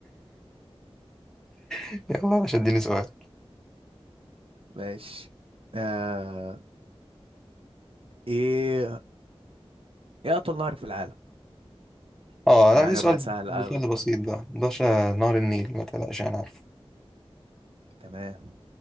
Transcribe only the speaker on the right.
ماشي آه ايه ايه اطول نهر في العالم <clears throat>
دي حاجة
بقى سهلة
قوي
دي
تمام